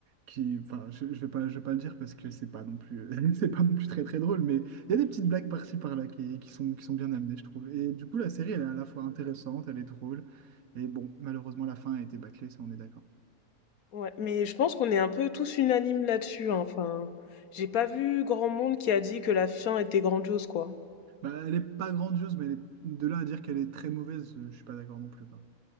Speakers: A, on the right; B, on the left.
A: qui, enfin, je, je vais pas, je vais pas le dire parce que c'est pas non plus, <laughs> c'est pas non plus très très drôle. Mais il y a des petites blagues par-ci par-là qui, qui sont, qui sont bien amenées, je trouve. Et du coup, la série, elle est à la fois intéressante, elle est drôle. Et bon, malheureusement, la fin a été bâclée, ça on est d'accord.
B: Ouais, mais je pense qu'on est un peu tous unanimes là-dessus. hein, Enfin, j'ai pas vu grand monde qui a dit que la fin était grandiose, quoi.
A: Bah, elle est pas grandiose, mais elle est- de là à dire qu'elle est très mauvaise, euh, je suis pas d'accord non plus, quoi.